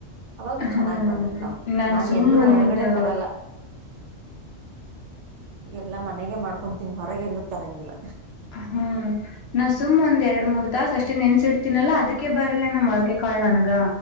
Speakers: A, on the right (about 70°); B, on the left (about 60°).
A: ಅವಾಗ
B: ಹ್ಮ
A: ಚೆನ್ನಾಗ್ ಬಂದಿರ್ತಾವ್ ನಾನ್
B: ಸುಮ್ಮ
A: ಎಲ್ಲೂ
B: ಒಂದು
A: ಹೊರಗಡೆ ತರಲ್ಲ ಎಲ್ಲ ಮನೆಗೆ ಮಾಡ್ಕೊತೀನಿ ಹೊರಗೆ ಎಲ್ಲೂ ತರಂಗಿಲ್ಲ
B: ಹ್ಮ್ ನಾ ಸುಮ್ ಒಂದ್ ಎರಡ್ ಮೂರ್ ತಸ್ ಅಷ್ಟೇ ನೆನ್ಸಿಡ್ತಿನನಲ್ಲ ಅದಕ್ಕೆ ಬರಲ್ಲೇ ನಮ್ಮ ಮೊಳ್ಕೆ ಕಾಳ ನನಗ